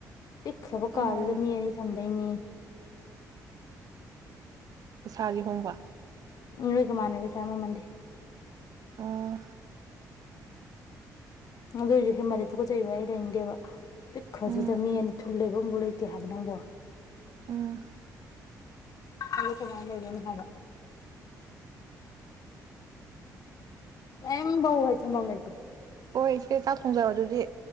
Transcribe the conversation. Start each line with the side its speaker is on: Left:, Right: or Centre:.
Left: ꯄꯤꯛꯈ꯭ꯔꯕ
Right: ꯑꯣ
Left: ꯀꯥꯗꯨꯗ ꯃꯤ ꯑꯅꯤ ꯊꯝꯗꯣꯏꯅꯦꯌꯦ
Right: ꯄꯩꯁꯥꯗꯤ ꯍꯣꯡꯕ
Left: ꯅꯣꯏꯒ ꯃꯥꯟꯅꯩ ꯄꯩꯁꯥ ꯃꯃꯜꯗꯤ
Right: ꯑꯣ
Left: ꯑꯗꯨꯑꯣꯏꯁꯨ ꯍꯦꯟꯃꯜꯂꯦ ꯇꯨꯀꯠꯆꯩꯕ ꯑꯩ ꯂꯩꯅꯤꯡꯗꯦꯕ ꯄꯤꯛꯈ꯭ꯔꯗꯨꯗ
Right: ꯎꯝ
Left: ꯃꯤ ꯑꯅꯤ ꯊꯨꯜ ꯂꯩꯕꯝꯕꯣꯛ ꯂꯩꯇꯦ ꯍꯥꯏꯕ ꯅꯪꯕꯨ
Right: ꯎꯝ
Left: ꯑꯗ ꯀꯃꯥꯢ ꯂꯩꯗꯣꯢꯅꯣ ꯍꯥꯢꯕ ꯀꯩꯝꯐꯥꯎ ꯍꯦꯛ ꯊꯝꯕꯝ ꯂꯩꯇꯦ
Right: ꯍꯣꯢ ꯏꯆꯦ ꯆꯥꯛ ꯊꯣꯡꯖꯔꯣ ꯑꯗꯨꯗꯤ